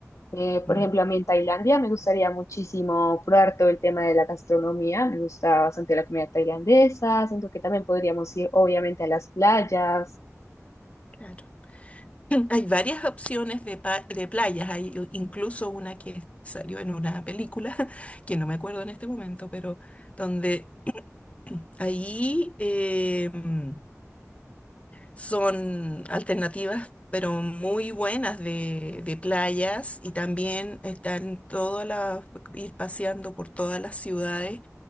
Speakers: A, on the left (about 70°); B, on the left (about 25°).
A: Eh, por
B: Mm,
A: ejemplo, a mí en Tailandia me gustaría muchísimo probar todo el tema de la gastronomía. Me gusta bastante la comida tailandesa. Siento que también podríamos ir, obviamente, a las playas.
B: Claro. <clears throat> Hay varias opciones de, pa- de playas, hay u- incluso una que salió en una película, <laughs> que no me acuerdo en este momento, pero donde <clears throat> ahí eh, mm, son alternativas, pero muy buenas de, de playas y también están todas las, ir paseando por todas las ciudades